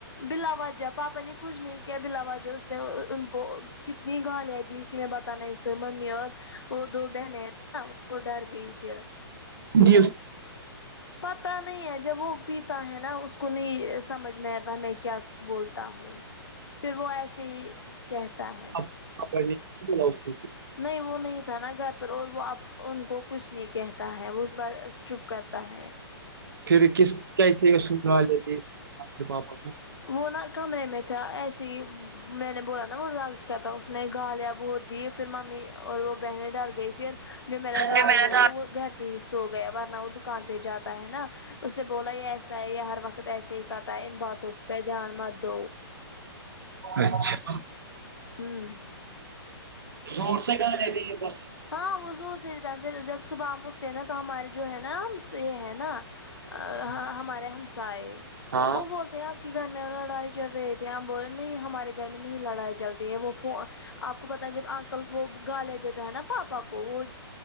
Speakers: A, on the left (about 70°); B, on the right (about 55°).
A: بلا وجہ پاپا ن کچھ نہیں کیا بلاواجہ اس نے ان کو کتنی گالیاں دی کہ میں بتانا اس ممی اور وہ دو بہنیں ہیں نا وہ ڈر گئی پھر
B: جی
A: ال <inaudible> پتہ نہیں ہے جب وہ پیتا ہے نا اس کو نہیں سمجھ میں آتا ہمیں کیا بولتا ہوں پھر وہ ایسے ہی کہتا ہے
B: اب- اب میں نے بولا اس کو۔
A: نہیں وہ نہیں تھا نا گھر روز وہ ان کو کچھ نہیں کہتا ہے وہ چپ کرتا ہے
B: پھر کس کیسی سن لیے آپ کے پاپا کو
A: وہ نا کمرے میں تھا ایسی میں نے بولا نا وہ راز کہتا اس نے گالیا‌ں بہت دی پھر مامی اور وہ بہنے ڈر گئی پھر جو میرا دادو
B: کہ
A: ہے نا
B: تو
A: وہ گھر پہ ہی سو گیا ورنہ وہ کان پہ جاتا ہے نا اس نے بولا یہ ایسا ہے یہ ہر وقت ایسے ہی کرتا ہے ان باتوں پہ دھیان مت دو
B: اچھا
A: ہوں
B: زور سے گالیاں دی بس
A: ہاں وہ زور سے دیتا ہے پھر جب صبح ہم اٹھتے ہیں نا تو ہمارے جو ہے نا سے ہے نا ہہہاں ہمارے ہمسائے
B: ہاں
A: وہ بولت آپ کے گھر میں لڑائی چل رہی تھی آپ بول رہے نہیں ہمارے گھر میں نہیں لڑائی چلتی ہے وہ فونیں آپ کو پتا ہے جب انکل وہ گالیاں دیتا ہے نا پاپا کو وہ